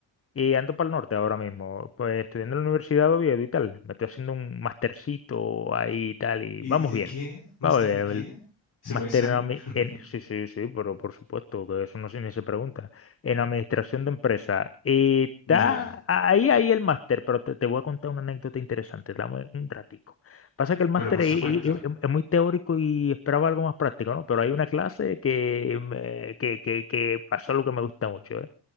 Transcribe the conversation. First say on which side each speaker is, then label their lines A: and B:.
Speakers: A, on the left; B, on the left.
A: Y ando para el norte ahora mismo, pues estudiando en la Universidad de Oviedo y tal. Me estoy haciendo un mastercito ahí y tal, y
B: ¿Y,
A: vamos
B: y de
A: bien.
B: qué? ¿Máster
A: Vamos bien,
B: de qué? ¿Se
A: Máster
B: puede saber?
A: en, admi-
B: <laughs>
A: en- sí, sí, sí, pero por supuesto, que eso no se, ni se pregunta. En administración de empresa. Eh, Está
B: Ya,
A: ahí, ahí el máster, pero te, te voy a contar una anécdota interesante. Dame un ratico. Pasa que el máster
B: pero por supuesto.
A: es, es- es- es muy teórico y esperaba algo más práctico, ¿no? Pero hay una clase que, me- que, que, que pasó lo que me gusta mucho, ¿eh?